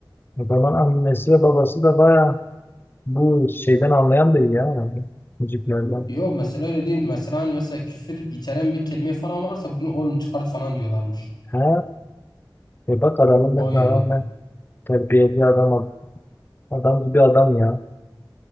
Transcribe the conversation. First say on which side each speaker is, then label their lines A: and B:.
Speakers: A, on the left (about 25°); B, on the left (about 55°).
A: O zaman annesi ve babası da baya bu şeyden anlayan biri ya. herhalde. Müziklerden.
B: Yo mesela öyle değil. Mesela hani mesela küfür içeren bir kelime falan varsa bunu oğlum çıkart falan diyorlarmış.
A: He. E bak adamın
B: O
A: mesela
B: yönden.
A: rağmen terbiyeli adam, ad- adam gibi adam ya.